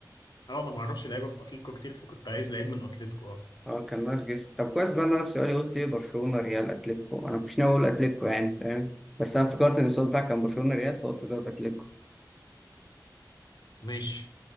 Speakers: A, on the left; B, in the centre.
A: اه انا ما اعرفش لعيبه في اتلتيكو كتير فكنت عايز لعيب من اتلتيكو اه
B: اه كان ناقص جسم طب كويس بقى إن انا في سؤالي قلت ايه برشلونه ريال اتلتيكو انا مش ناوي اقول اتلتيكو يعني فاهم بس انا افتكرت ان السؤال بتاعك كان برشلونه ريال فقلت زود اتلتيكو
A: ماشي